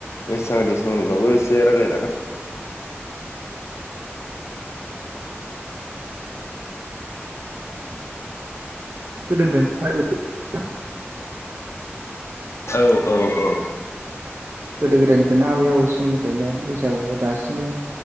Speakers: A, on the left; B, on the right.
A: बैसागोनि सोमोन्दैबाबो एसे रायलायजागोन।
B: गोदोनि <unintelligible>
A: औ औ औ
B: गोदो गोदायनि फ्रायनो आबै आबौ समनिफ्रायनो बैसागुखौ दासिमबो